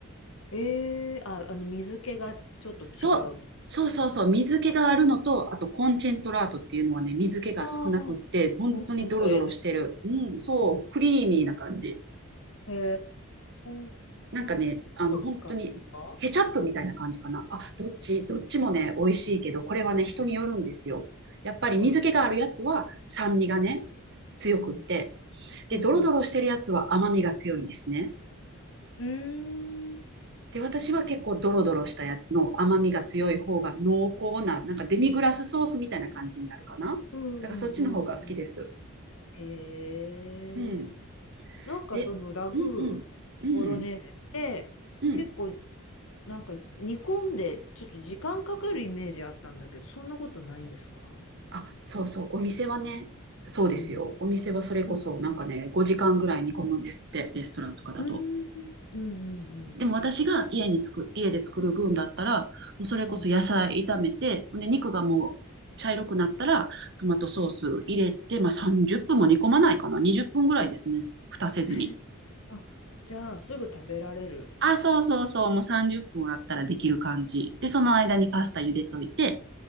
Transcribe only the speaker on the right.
そう、そうそうそう、水気があるのと、あとコンチェントラートっていうのはね、水気が少なくって、
本当にドロドロしてる。
うん、そう、クリーミーな感じ。
なんかね、あの、本当にケチャップみたいな感じかな。
あ、どっち、どっちもね、美味しいけど、これはね、人によるんですよ。やっぱり水気があるやつは酸味がね、
強くって、
で、
ドロドロしてるやつは甘みが強いんですね。
で、私は結構ドロドロしたやつの甘みが強い方が濃厚な、なんかデミグラスソースみたいな感じになるかな。
だからそっちの方が好きです。
うん。
で、うんうん、うん、
うん。
あ、そうそう、お店はね、そうですよ。
お店はそれこそなんかね、
5時間ぐらい煮込むんですって、レストランとかだと。
でも私が家に作、家で作る分だったら、もうそれこそ野菜炒めて、
で、肉がもう茶色くなったら、トマトソース入れて、
まあ30分も煮込まないかな。20分ぐらいですね。蓋せずに。
あ、そうそうそう。もう30分あったらできる感じ。で、その間にパスタ茹でといて、